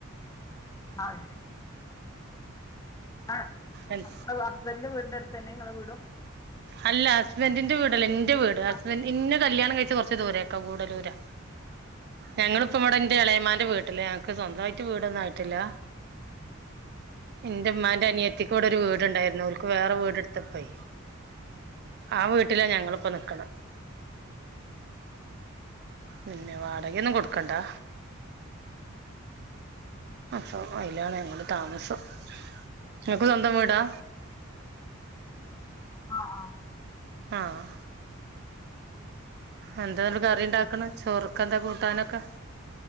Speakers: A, on the left; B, on the right.
A: <unintelligible> ആഹ്
B: ഏഹ്
A: ഹസ്ബന്റിന്റെ വീടിന്റെ അടുത്ത് തന്നെ നിങ്ങളെ വീടും
B: അല്ല ഹസ്ബന്റിന്റെ വീടല്ലല്ല എന്റെ വീട് ഹസ്ബൻ്റ്
A: ആഹ്
B: ഇന്നെ കല്യാണം കഴിച്ച് കുറച്ച് ദൂരെ ക്ക ഗൂഡലൂരാ ഞങ്ങളിപ്പ ഇവിടെ എന്റെ എളയമാന്റെ വീട്ടി ട്ടില് ഞങ്ങക് സ്വന്തയിട്ട് വീടൊന്നും ആയിട്ടില്ല. എന്റമ്മാന്റെ അനിയത്തി ഇപ്പോവിടെ ഒരു വീടുണ്ടായിരുന്നു ഓല്ക് വേറെ വീടെടുത്തപ്പളേ ആ വീട്ടില ഞങ്ങളിപ്പോ നിക്ക്ണ്.
A: ഉം
B: പിന്നെ വാടക ഒന്നും കൊടുക്കണ്ടാ അപ്പൊ അയിലാണ് ഞങ്ങളെ താമസം നിനക്ക് സ്വന്തം വീടാ
A: ആഹ ആഹ
B: ആഹ്
A: ആഹ്
B: എന്താന
A: വാതില്
B: കറി
A: തുറന്നിട്ട്
B: ഉണ്ടാക്കണ ചോറുക്ക എന്താ കൂട്ടാനൊക്കെ